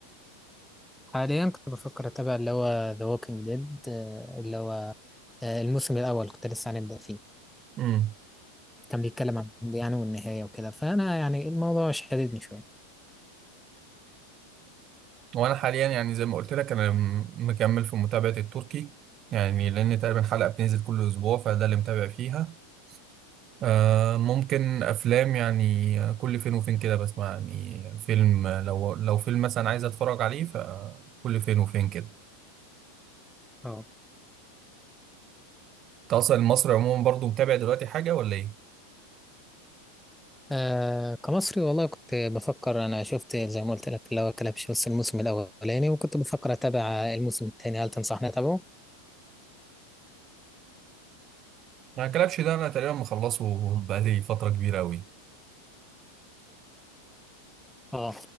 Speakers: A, in the centre; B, on the right.
A: حاليا كنت بفكر أتابع اللي هو The Walking Dead آه، اللي هو آه، الموسم الأول كنت لسه هنبدأ فيه
B: امم
A: كان بيتكلم عن الماضي يعني والنهاية وكده فأنا يعني الموضوع شددني شوية
B: وانا حاليا يعني زي ما قلت لك انا م- مكمل في متابعه التركي يعني لان تقريبا حلقه بتنزل كل اسبوع فده اللي متابع فيها آه، ممكن افلام يعني آه، كل فين وفين كده بسمع يعني فيلم آه، لو لو فيلم مثلا عايز اتفرج عليه فكل فين وفين كده
A: اه
B: انت اصلا المصري عموما برضو متابع دلوقتي حاجه ولا ايه؟
A: آه، كمصري والله كنت بفكر أنا شفت زي ما قلت لك اللي هو كلبش بس الموسم الأولاني وكنت بفكر أتابع الموسم التاني هل تنصحني أتابعه؟
B: ما الكلبش ده انا تقريبا مخلصه <laughs> بقالي فتره كبيره قوي
A: اه